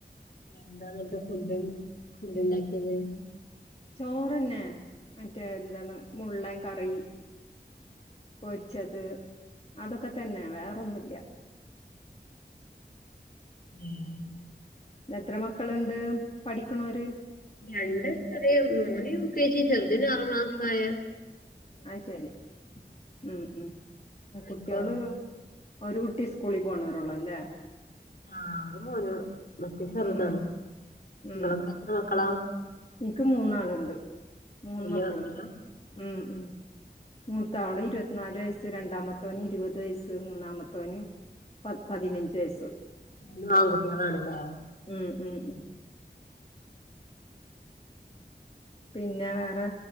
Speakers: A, on the left (about 55°); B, on the left (about 35°).
A: എന്താ ഇന്നത്തെ ഫുഡ് ഫുഡ് ഉണ്ടാക്കിയത്
B: ചോറന്നെ മറ്റേ എന്താണ് മുള്ളൻ കറി പൊരിച്ചത് അതൊക്കെ തന്നെ വേറൊന്നുല്ല
A: ഉം
B: എത്ര മക്ക മക്കളുണ്ട് പഠിക്ക്ണോര്
A: രണ്ട് ചെറിയ മോൻ യൂ കെ ജി ചെറുതിന് ആറു മാസ ആയ
B: അത് ശരി ഉം ഉം ആ
A: നിനക്കോ
B: കുട്ടോൾ ഒരു കുട്ടി സ്കൂളിൽ പോണവരുള്ളോ അല്ലേ
A: ആ ഒരു മോൻ ചെറുതാണ്
B: ഉം ഉം
A: നിമ്മളൊക്കെ
B: ഉം ഉം
A: എത്ര മക്കളാ
B: എനിക്ക് മൂന്നാളുണ്ട് മൂന്ന്
A: വലിയ
B: മക്കളുണ്ട്
A: മക്കളാ
B: ഉം ഉം മൂത്ത ആള് ഇരുപത്തിനാല് വയസ് രണ്ടാമത്തോന് ഇരുപത് വയസ്സ് മൂന്നാമത്തോന് പ പതിനഞ്ച് വയസ്സ്.
A: മൂന്നും ആൺകുട്ട്യാളാണ് ല്ലേ
B: ഉം ഉം ഉം പിന്നെ വേറെ